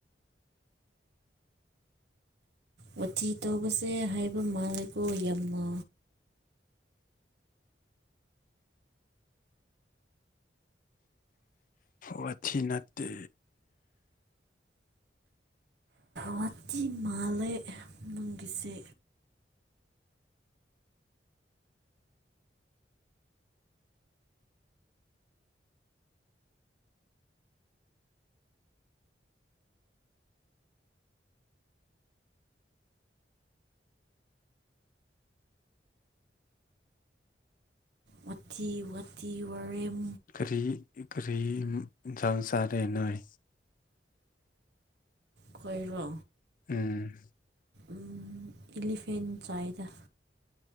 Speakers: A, on the right; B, on the left.
A: ꯋꯥꯊꯤ ꯇꯧꯕꯁꯦ ꯍꯩꯕ ꯃꯥꯜꯂꯦꯀꯣ ꯌꯥꯝꯅ
B: ꯋꯥꯊꯤ ꯅꯠꯇꯦ
A: ꯋꯥꯊꯤ ꯃꯥꯜꯂꯦ ꯅꯪꯒꯤꯁꯦ ꯋꯥꯇꯤ ꯋꯥꯇꯤ ꯋꯥꯔꯦꯝ
B: ꯀꯔꯤ ꯀꯔꯤ ꯏꯟꯁꯥꯡ ꯆꯥꯔꯦ ꯅꯣꯏ
A: ꯈꯣꯏꯔꯣ
B: ꯎꯝ
A: ꯎꯝ ꯑꯦꯂꯤꯐꯦꯟ ꯆꯥꯏꯗ